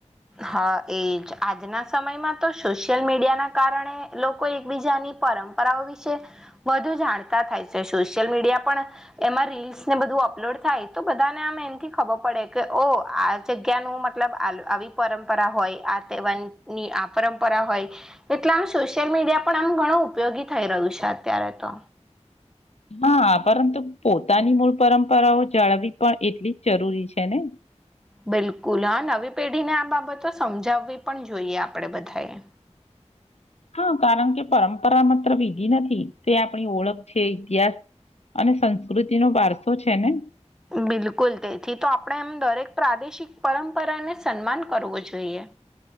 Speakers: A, in the centre; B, on the left.
A: હા એજ, આજના સમયમાં તો સોશિયલ મીડિયાનાં કારણે લોકો એકબીજાની પરંપરાઓ વિશે વધુ જાણતા થાય છે સોશિયલ મીડિયા પણ એમાં રીલ્સને બધું અપલોડ થાય તો બધાંને આમ એમથી ખબર પડે કે ઓ આ જગ્યાનું મતલબ આવી પરંપરા હોય આ તેહવાર ની આ પરંપરા હોય એટલે આમ સોશિયલ મીડિયા પણ આમ ઘણું ઉપયોગી થઈ રહ્યું છે અત્યારે તો.
B: હા, પરંતુ પોતાની મૂળ પરંપરાઓ જાળવવી પણ એટલી જ જરૂરી છેને.
A: બિલકુલ હા, નવી પેઢીને આ બાબતો સમજાવવી પણ જોઈએ આપણેે બધાંએ.
B: હા, કારણ કે પરંપરા માત્ર વિધી નથી તે આપણી ઓળખ છે ઇતિહાસ અને સંસ્કૃતિનો વારસો છેને.
A: બિલકુલ, તેથી તો આપણે એમ દરેક પ્રાદેશિક પરંપરાને સન્માન કરવું જોઈએ.